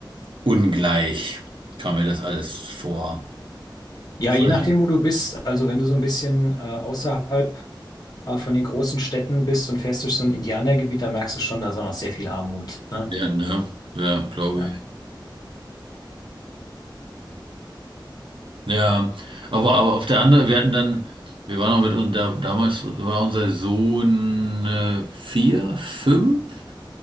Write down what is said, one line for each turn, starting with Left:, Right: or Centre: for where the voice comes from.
Right: ungleich kam mir das alles vor.
Left: Ja,
Right: Ich
Left: je
Right: weiß
Left: nachdem,
Right: nicht.
Left: wo du bist. Also wenn du so ein bisschen äh, außerhalb äh, von den großen Städten bist und fährst durch so ein Indianergebiet, da merkst du schon, da ist auch noch sehr viel Armut. Ne?
Right: Ja, ne? Ja, glaube
Left: Ja.
Right: ich. Ja, aber, aber auf der anderen, wir hatten dann, wir waren auch mit uns, da, damals war unser Sohn äh, vier, fünf.